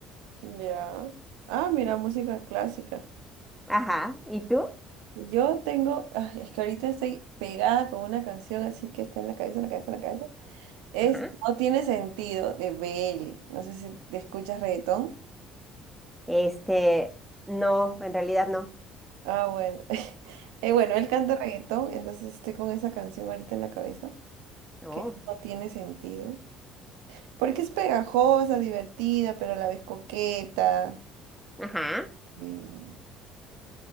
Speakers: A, on the right; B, in the centre.
A: Ya. Ah, mira, música clásica.
B: Ajá, ¿y tú?
A: Yo tengo, ah, es que ahorita estoy pegada con una canción así que está en la cabeza, en la cabeza, en la cabeza. Es
B: Ajá.
A: No tiene sentido de B. L. No sé si te escuchas reggaetón.
B: Este, no, en realidad no.
A: Ah, bueno. <laughs> Eh, bueno, él canta reggaetón, entonces estoy con esa canción ahorita en la cabeza,
B: no
A: que es No tiene sentido. Porque es pegajosa, divertida, pero a la vez coqueta.
B: ajá.
A: Eh,